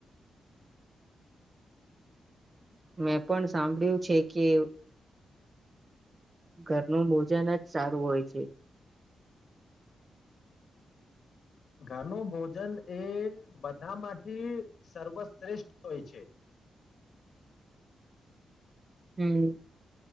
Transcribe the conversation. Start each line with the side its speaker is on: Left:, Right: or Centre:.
Right: મેં પણ સાંભળ્યું છે, કે ઘરનું ભોજન જ સારું હોય છે.
Left: ઘરનું ભોજન એ બધામાંથી સર્વશ્રેષ્ઠ હોય છે
Right: હમ